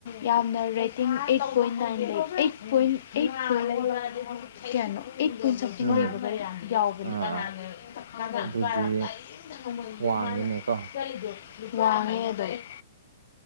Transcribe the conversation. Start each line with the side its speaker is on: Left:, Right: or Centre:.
Left: ꯌꯥꯝꯅ ꯔꯦꯇꯤꯡ ꯑꯩꯠ ꯄꯣꯏꯟ ꯅꯥꯏꯟ ꯂꯩ ꯑꯩꯠ ꯄꯣꯏꯟ ꯑꯩꯠ ꯄꯣꯏꯟ <unintelligible> ꯀꯌꯥꯅꯣ ꯑꯦꯠ ꯄꯣꯏꯟ ꯁꯝꯊꯤꯡ
Right: ꯎꯝ
Left: ꯂꯩꯕꯒ ꯌꯥꯎꯕꯅꯤ
Right: ꯑꯥ
Left: <unintelligible>
Right: ꯑꯥ ꯑꯗꯨꯗꯤ
Left: <unintelligible>
Right: ꯋꯥꯡꯉꯤꯅꯦꯀꯣ
Left: ꯋꯥꯡꯉꯦ ꯑꯗꯨꯝ